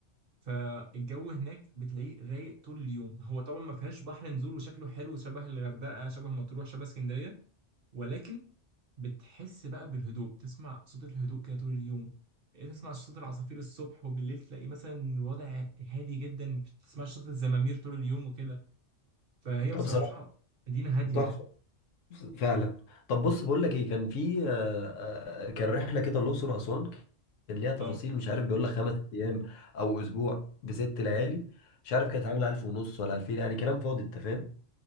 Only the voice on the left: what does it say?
ده
بصراحه
تحفة فعلا طب بص بقول لك ايه كان في آه، آه، كان رحلة كده الأقصر وأسوان كان ليها تفاصيل
مش عارف بيقول لك خمس أيام أو أسبوع بست ليالي مش عارف كانت عاملة ألف ونص ولا ألفين يعني كلام فاضي أنت فاهم